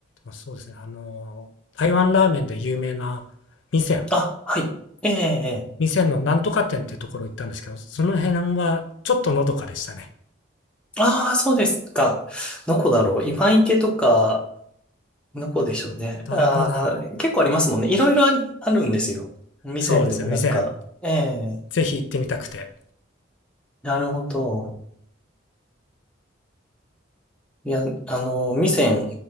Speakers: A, on the left; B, in the centre.
A: もそうですね、あのー台湾ラーメンで有名な味仙、
B: あ、はい。ええ、ええ。
A: 味仙のなんとか店っていうところ行ったんですけど、その辺はちょっとのどかでしたね。
B: ああ、そうですか。どこだろう。今池とか、どこでしょうね。
A: どこだろう。
B: ああ、結構ありますもんね。いろいろあり、あるんですよ。味仙でもなんか。
A: そうですね、味仙、
B: ええ、
A: ぜひ行ってみたくて。
B: なるほど。いや、あの、味仙、